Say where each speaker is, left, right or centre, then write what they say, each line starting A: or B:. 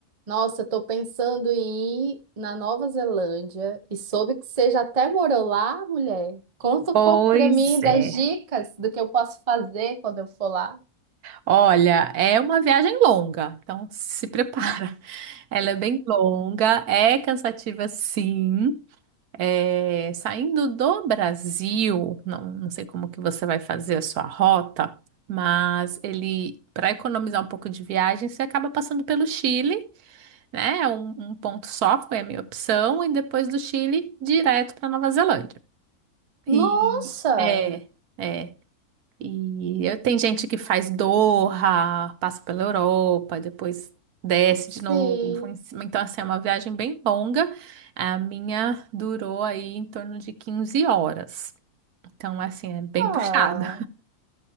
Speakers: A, on the right (about 35°); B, on the right (about 80°).
A: Nossa, eu tô pensando em ir na Nova Zelândia e soube que você já até morou lá, mulher. Conta um
B: Pois
A: pouco pra mim das
B: é.
A: dicas do que eu posso fazer quando eu for lá.
B: Olha, é uma viagem longa, então se prepara. <laughs> Ela é bem longa, é cansativa sim. É, saindo do Brasil, não, não sei como que você vai fazer a sua rota, mas ele, para economizar um pouco de viagem, você acaba passando pelo Chile, né? Um, um ponto só foi a minha opção, e depois do Chile, direto para Nova Zelândia.
A: Nossa,
B: E é. é. E eu, tem gente que faz Doha, passa pela Europa, depois desce
A: sim.
B: de novo. em cima. Então, assim, é uma viagem bem longa. A minha durou aí em torno de 15 horas. Então, assim, é bem
A: Ah,
B: puxada.